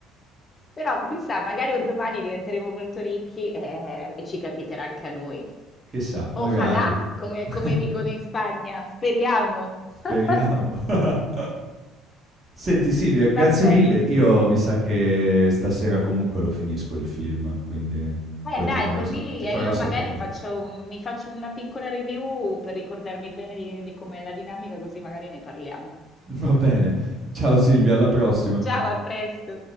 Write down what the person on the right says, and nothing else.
Chissà, magari.
<laughs>
Speriamo. <laughs> Senti
Silvia, grazie
mille. Io mi sa che stasera comunque lo finisco il film, quindi
poi
ti farò
sa ti
farò
sapere.
<laughs> Va bene. Ciao Silvia, alla prossima.